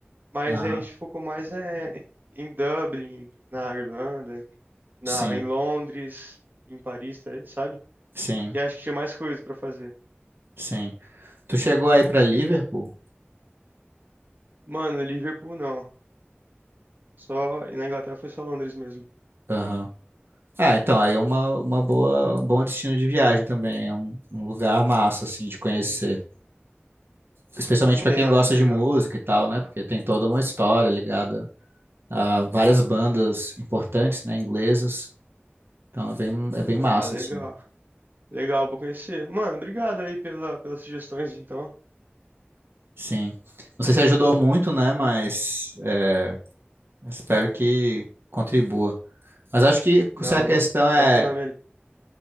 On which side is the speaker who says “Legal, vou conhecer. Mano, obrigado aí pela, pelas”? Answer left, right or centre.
Right